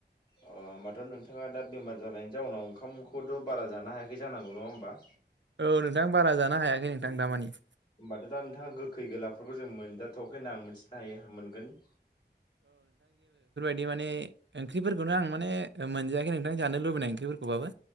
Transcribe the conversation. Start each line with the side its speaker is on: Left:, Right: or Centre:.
Left: अ होमबाथ नोंथाङा दा बेमार जानायनि जाउनाव ओंखामखौथ बारा जानो हायाखै जानांगौ नङा होमबा?
Right: औ नोंथां बारा जानो हायाखै नोंथां दा‌ मानि
Left: होमबाथ दा नोंथाङा गोखै गोलाफोरखौ जों मोनजाथआखै हायो‌ मोनगोन
Right: बिदि माने ओंख्रिफोरखौनो आं माने मोनजायाखै नोंथां जानो लुबैनाय ओंख्रिफोरखौबाबो